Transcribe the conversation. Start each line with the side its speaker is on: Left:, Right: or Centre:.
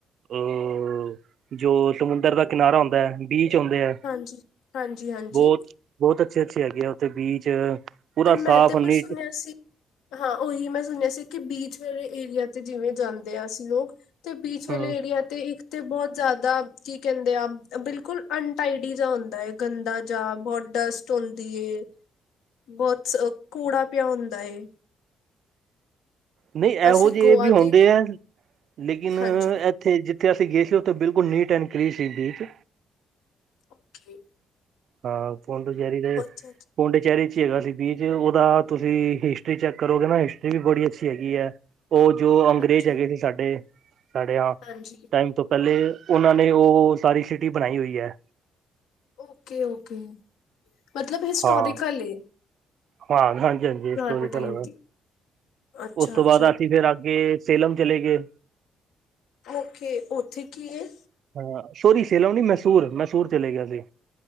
Right: ਅਹ ਜੋ ਸਮੁੰਦਰ ਦਾ ਕਿਨਾਰਾ ਹੁੰਦਾ ਹੈ, ਬੀਚ ਆਉਂਦੇ ਐ
Left: ਹਾਂਜੀ, ਹਾਂਜੀ, ਹਾਂਜੀ
Right: ਬਹੁਤ ਬਹੁਤ ਅੱਛੇ-ਅੱਛੇ ਹੈਗੇ ਆ ਉੱਥੇ ਬੀਚ ਪੂਰਾ
Left: ਤੇ ਮੈਂ
Right: ਸਾਫ਼
Left: ਤੇ ਪਰ
Right: ਨੀਟ
Left: ਸੁਣਿਆ ਸੀ, ਹਾਂ ਉਹੀ ਮੈਂ ਸੁਣਿਆ ਸੀ ਕਿ ਬੀਚ ਵਾਲੇ ਏਰੀਆ ਤੇ ਜਿਵੇਂ ਜਾਂਦੇ ਹਾਂ ਅਸੀਂ ਲੋਕ ਤੇ ਬੀਚ ਵਾਲੇ
Right: ਹਾਂ
Left: ਏਰੀਆ ਤੇ ਇੱਕ, ਤੇ ਬਹੁਤ ਜ਼ਿਆਦਾ ਕੀ ਕਹਿੰਦੇ ਆ ਬਿਲਕੁਲ ਅਨਟਾਈਡੀ ਜਾ ਹੁੰਦਾ ਹੈ ਗੰਦਾ ਜਾ ਬਹੁਤ ਡਸਟ ਧੋਂਦੀ ਏ ਬਹੁਤ ਸ ਕੌੜਾ ਪਿਆ ਹੁੰਦਾ ਏ,
Right: ਨਹੀ ਇਹੋ
Left: ਅਸੀਂ
Right: ਜਿਹੇ
Left: ਗੋਆ
Right: ਵੀ ਹੁੰਦੇ
Left: ਤੇ
Right: ਐ ਲੇਕਿਨ
Left: ਹਾਂਜੀ
Right: ਤੇ ਜਿੱਥੇ ਅਸੀਂ ਗਏ ਸੀ ਉੱਥੇ ਬਿਲਕੁਲ ਨੀਟ ਐਂਡ ਕਲੀਨ ਸੀ ਬੀਚ
Left: ਓਕੇ।
Right: ਹਾਂ ਪੌਡੋਚੈਰੀ
Left: ਅੱਛਾ
Right: ਦੇ,
Left: ਅੱਛਾ
Right: ਪੋਂਡੇਚਹਿਰੀ ਚ ਹੀ ਹੈਗਾ ਸੀ ਬੀਚ ਉਹਦਾ ਤੁਸੀਂ ਹਿਸਟਰੀ ਚੈੱਕ ਕਰੋਗੇ ਨਾ ਹਿਸਟਰੀ ਵੀ ਬੜੀ ਅੱਛੀ ਹੈਗੀ ਹੈ। ਉਹ ਜੋ ਅੰਗਰੇਜ਼
Left: ਅੱਛਾ,
Right: ਹੈਗੇ ਸੀ ਸਾਡੇ ਸਾਡੇ ਹਾਂ
Left: ਹਾਂਜੀ
Right: ਟਾਈਮ ਤੋਂ ਪਹਿਲੇ ਉਹਨਾਂ ਨੇ ਉਹ ਉਹ ਸਾਰੀ ਸਿਟੀ ਬਨਾਈ ਹੋਈ ਐ
Left: ਓਕੇ ਓਕੇ ਮਤਲਬ ਏਹਿਸਟੋਰੀਕਲ
Right: ਹਾਂ।
Left: ਏ
Right: ਹਾਂ ਹਾਂਜੀ-ਹਾਂਜੀ
Left: ਪੁਰਾਣੇ
Right: ਇਸ ਤੋਂ ਵੀ ਪਹਲੇ
Left: ਟਾਈਮ ਦੀ ਅੱਛਾ
Right: ਉਸ ਤੋਂ
Left: ਅੱਛਾ
Right: ਬਾਅਦ ਅਸੀਂ ਫਿਰ ਅਗੇ ਸੇਲਮ ਚਲੇ ਗਏ
Left: ਓਕੇ, ਉੱਥੇ ਕੀ ਏ
Right: ਹਾਂ ਸੋਰੀ ਸੇਲਮ ਨੀ ਮੈਸੂਰ ਮੈਸੂਰ ਚਲੇ ਗੇਆ ਸੀ